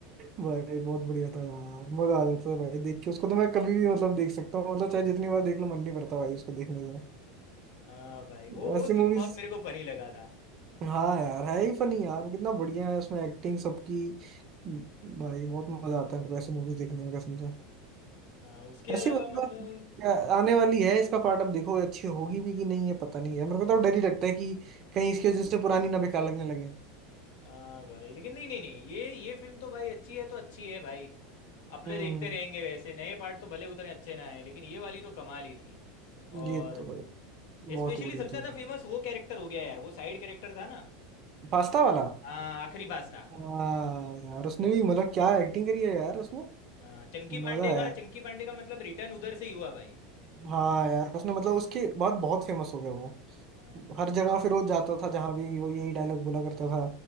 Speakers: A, on the right; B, on the left.
A: भाई बहुत बढ़िया था यार मजा आ जाता था भाई देख के उसको तो मैं कभी भी मतलब देख सकता हूँ मतलब चाहे जितनी बार देख लो मन नहीं भरता भाई उसको देखने
B: हाँ भाई
A: से
B: वो वो
A: ऐसी
B: सीन
A: मूवीज
B: बहुत मेरे को फनी लगा था
A: हाँ यार है ही फनी यार कितना बढ़िया है उसमें एक्टिंग सबकी भाई बहुत मजा आता है मेरे को ऐसी मूवीज देखने में कसम से
B: हाँ, उसके अलावा
A: ऐसी मतलब
B: मतलब
A: क्या आने वाली है इसका पार्ट अब देखो अच्छी होगी भी कि नहीं है पता नहीं है मेरे
B: हाँ,
A: को तो अब डर ही लगता है कि कहीं इसकी वजह से पुरानी ना बेकार लगने लगे
B: हाँ भाई लेकिन नहीं नहीं नहीं ये ये फिल्म तो भाई अच्छी है तो अच्छी है भाई अपने
A: हम्म
B: देखते रहेंगे वैसे नए पार्ट तो भले उतने अच्छे ना आए लेकिन ये वाली तो कमाल ही थी और
A: ये तो भाई बहुत
B: स्पेशली
A: ही बढ़िया
B: सबसे ज़्यादा
A: थी
B: फेमस वो कैरेक्टर हो गया यार वो साइड कैरेक्टर था ना
A: पास्ता वाला
B: हाँ आखिरी पास था
A: हाँ यार उसने भी मतलब क्या एक्टिंग करी है यार उसने
B: हाँ, चंकी
A: मजा
B: पांडे का
A: है
B: चंकी पांडे का मतलब रिटर्न उधर से ही हुआ भाई
A: हाँ यार उसने मतलब उसके बाद बहुत फेमस हो गया वो
B: हाँ
A: हर जगह फिर वो जाता था जहां भी वो यही डायलॉग बोला करता था